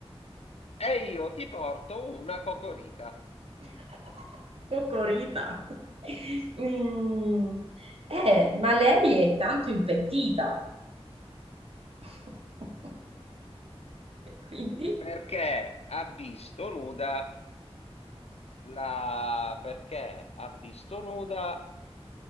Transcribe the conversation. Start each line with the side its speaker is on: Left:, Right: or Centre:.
Left: e io ti porto una cocorita.
Right: <laughs> Cocorita. Mm. Eh, ma lei è tanto impettita. <laughs> Quindi,
Left: Perché ha visto nuda la... Perché ha visto nuda